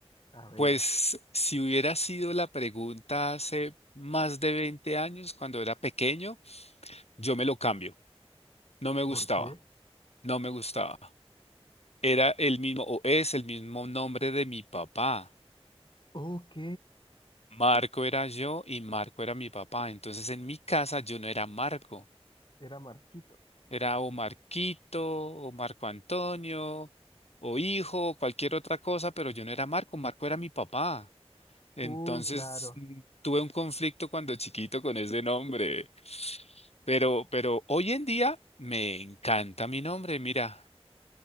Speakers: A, on the left (about 50°); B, on the left (about 75°).
A: A ver,
B: Pues si hubiera sido la pregunta hace más de 20 años, cuando era pequeño, yo me lo cambio. No me gustaba,
A: ¿por qué?
B: no me gustaba. Era el mismo, o es el mismo nombre de mi papá.
A: Ok,
B: Marco era yo y Marco era mi papá. Entonces en mi casa yo no era Marco,
A: era Marquito.
B: Era o Marquito, o Marco Antonio, o hijo, o cualquier otra cosa, pero yo no era Marco, Marco era mi papá. Entonces
A: Uh, claro.
B: mm, tuve un conflicto cuando chiquito con ese nombre. Pero, pero hoy en día me encanta mi nombre, mira,